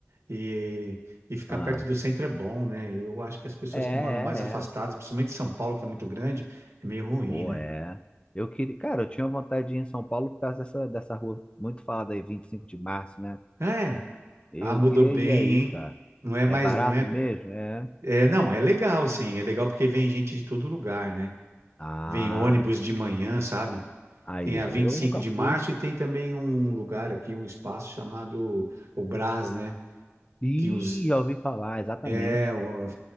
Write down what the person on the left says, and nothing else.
Ah.
É, é,
é.
Pô,
é. Eu queria, cara, eu tinha vontade de ir em São Paulo por causa dessa, dessa rua muito falada aí, 25 de março, né?
Eu
queria
ir aí,
cara.
É
barato
mesmo? É.
Ah,
aí,
ó.
Eu
nunca
fui.
Ih,
já ouvi falar, exatamente.